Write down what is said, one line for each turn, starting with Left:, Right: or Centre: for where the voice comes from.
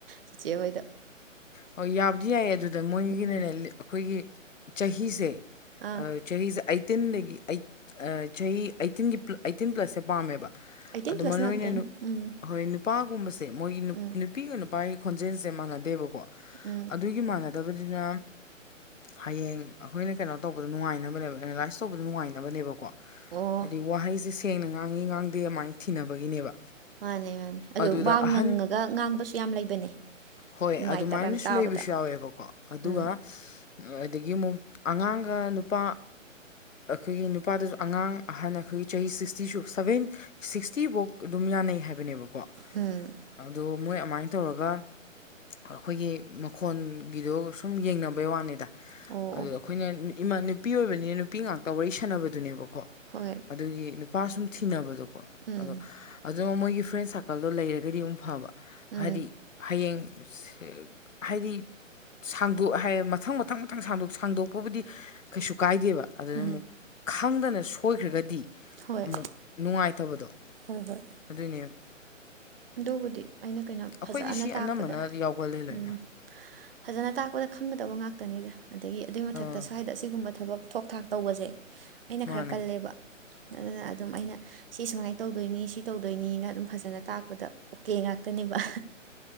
Right: ꯆꯦꯆꯦ ꯍꯣꯏꯗ꯫
Left: ꯍꯣꯏ ꯌꯥꯕꯨꯗꯤ ꯌꯥꯏꯌꯦ ꯑꯗꯨꯗ ꯃꯣꯏꯒꯤꯅꯅꯦ
Right: ꯎꯝ
Left: ꯑꯩꯈꯣꯏꯒꯤ ꯆꯍꯤꯁꯦ
Right: ꯑꯥ
Left: ꯑ ꯆꯍꯤꯁꯦ ꯑꯩꯇꯤꯟꯗꯒꯤ ꯑꯩ ꯆꯍꯤ ꯑꯩꯇꯤꯟꯒꯤ ꯑꯩꯇꯤꯟ ꯄ꯭ꯂꯁꯁꯦ ꯄꯥꯝꯃꯦꯕ꯫
Right: ꯑꯩꯠꯇꯤꯟ
Left: ꯑꯗꯣ
Right: ꯄ꯭ꯂꯁ
Left: ꯃꯔꯨ
Right: ꯉꯥꯛꯇꯅꯦ
Left: ꯑꯣꯏꯅ
Right: ꯎꯝ
Left: ꯍꯣꯏ ꯅꯨ ꯅꯨꯄꯥꯒꯨꯝꯕꯁꯦ ꯃꯣꯏꯒꯤ
Right: ꯎꯝ
Left: ꯅꯨꯄꯤꯒ ꯅꯨꯄꯥꯒꯤ ꯈꯣꯟꯖꯦꯟꯁꯦ ꯃꯥꯟꯅꯗꯦꯕꯀꯣ
Right: ꯎꯝ꯫
Left: ꯑꯗꯨꯒꯤ ꯃꯥꯟꯅꯗꯕꯅꯤꯅ ꯍꯌꯦꯡ ꯑꯩꯈꯣꯏꯅ ꯀꯩꯅꯣ ꯇꯧꯕꯗ ꯅꯨꯡꯉꯥꯏꯅꯕꯅꯦꯕ ꯑꯦꯅꯥꯂꯥꯏꯁ ꯇꯧꯕꯗ ꯅꯨꯡꯉꯥꯏꯅꯕꯅꯦꯕꯀꯣ
Right: ꯑꯣ
Left: ꯍꯥꯏꯗꯤ ꯋꯥꯍꯩꯖꯤ ꯁꯦꯡꯅ ꯉꯥꯡꯉꯤ ꯉꯥꯡꯗꯦ ꯑꯗꯨꯃꯥꯏꯅ ꯊꯤꯅꯕꯒꯤꯅꯦꯕ
Right: ꯃꯥꯅꯦ ꯃꯥꯅꯦ ꯑꯗꯨ
Left: ꯑꯗꯨꯗ
Right: ꯋꯥ
Left: ꯑꯍꯟ
Right: ꯉꯪꯉꯒ ꯉꯥꯡꯕꯁꯨ ꯌꯥꯝ ꯂꯩꯕꯅꯦ꯫
Left: ꯍꯣꯏ
Right: ꯅꯨꯡꯉꯥꯏꯇꯕ
Left: ꯑꯗꯨꯃꯥꯏꯅꯁꯨ
Right: ꯌꯥꯝ ꯇꯥꯕꯗ
Left: ꯂꯩꯕꯁꯨ ꯌꯥꯎꯋꯦꯕꯀꯣ ꯑꯗꯨꯒ
Right: ꯎꯝ
Left: ꯑꯗꯒꯤ ꯑꯃꯨꯛ ꯑꯉꯥꯡꯒ ꯅꯨꯄꯥ ꯑꯩꯈꯣꯏꯒꯤ ꯅꯨꯄꯥꯗꯁꯨ ꯑꯉꯥꯡ ꯑꯍꯟ ꯑꯩꯈꯣꯏꯒꯤ ꯆꯍꯤ ꯁꯤꯛꯁꯇꯤꯁꯨ ꯁꯕꯦꯟ ꯁꯤꯛꯁꯇꯤꯕꯧ ꯑꯗꯨꯝ ꯌꯥꯅꯩ ꯍꯥꯏꯕꯅꯦꯕꯀꯣ
Right: ꯎꯝ꯫
Left: ꯑꯗꯣ ꯃꯣꯏ ꯑꯃꯥꯏꯟꯅ ꯇꯧꯔꯒ꯫ ꯑꯈꯣꯏꯒꯤ ꯃꯈꯣꯟꯒꯤꯗꯣ ꯁꯨꯝ ꯌꯦꯡꯅꯕꯩ ꯋꯥꯅꯤꯗ꯫
Right: ꯑꯣ
Left: ꯑꯗꯨꯗ
Right: ꯑꯣ
Left: ꯑꯩꯈꯣꯏꯅ ꯏꯃ ꯅꯨꯄꯤ ꯑꯣꯏꯕꯅꯤꯅ ꯅꯨꯄꯤ ꯉꯥꯛꯇ ꯋꯥꯔꯤ ꯁꯥꯟꯅꯕꯗꯨꯅꯦꯕꯀꯣ꯫
Right: ꯍꯣꯏ
Left: ꯑꯗꯨꯒꯤ ꯅꯨꯄꯥ ꯁꯨꯝ ꯊꯤꯅꯕꯗꯣꯀꯣ
Right: ꯎꯝ
Left: ꯑꯗꯣ ꯑꯗꯣ ꯃꯣꯏꯒꯤ ꯐ꯭ꯔꯦꯟ ꯁꯥꯔꯀꯜꯗꯣ ꯂꯩꯔꯒꯗꯤ ꯑꯗꯃꯨꯛ ꯐꯕ
Right: ꯎꯝ
Left: ꯍꯥꯏꯗꯤ ꯍꯌꯦꯡ ꯑꯦ ꯍꯥꯏꯗꯤ ꯁꯥꯡꯗꯣꯛ ꯍꯥꯏ ꯃꯊꯪ ꯃꯊꯪ ꯃꯊꯪ ꯁꯥꯡꯗꯣꯛ ꯁꯥꯡꯗꯣꯛꯄꯕꯨꯗꯤ ꯀꯩꯁꯨ ꯀꯥꯏꯗꯦꯕ꯫ ꯑꯗꯨꯗ
Right: ꯎꯝ
Left: ꯑꯃꯨꯛ ꯈꯪꯗꯅ ꯁꯣꯏꯈ꯭ꯔꯒꯗꯤ
Right: ꯍꯣꯏ
Left: ꯑꯃꯨꯛ ꯅꯨꯡꯉꯥꯏꯇꯕꯗꯣ꯫
Right: ꯍꯣꯏ ꯍꯣꯏ
Left: ꯑꯗꯨꯅꯦ
Right: ꯑꯗꯨꯕꯨꯗꯤ ꯑꯩꯅ ꯀꯩꯅꯣ
Left: ꯑꯩꯈꯣꯏꯗꯤ
Right: ꯐꯖꯥꯥꯅ
Left: ꯁꯤ
Right: ꯇꯥꯛꯄꯗ
Left: ꯑꯅꯝꯕꯅ ꯌꯥꯎꯒꯜꯂꯦ ꯂꯣꯏꯅ
Right: ꯎꯝ꯫ ꯐꯖꯅ ꯇꯥꯛꯄꯗ ꯈꯪꯒꯗꯕ ꯉꯥꯛꯇꯅꯤꯗ ꯑꯗꯒꯤ ꯑꯗꯨꯏ ꯃꯊꯛꯇ
Left: ꯑꯥ
Right: ꯁ꯭ꯋꯥꯏꯗ ꯑꯁꯤꯒꯨꯝꯕ ꯊꯕꯛ ꯊꯣꯛ ꯊꯥꯛ꯫ ꯇꯧꯕꯖꯦ ꯑꯩꯅ
Left: ꯃꯥꯅꯦ
Right: ꯈꯔ ꯀꯜꯂꯦꯕ ꯑꯗꯨꯅ ꯑꯗꯨꯝ ꯑꯩꯅ ꯁꯤ ꯁꯨꯃꯥꯏꯟ ꯇꯧꯗꯣꯏꯅꯤ ꯁꯤ ꯇꯧꯗꯣꯏꯅꯤꯅ ꯑꯗꯨꯝ ꯐꯖꯅ ꯇꯥꯛ ꯄꯗ ꯑꯣꯀꯦ ꯉꯥꯛꯇꯅꯦꯕ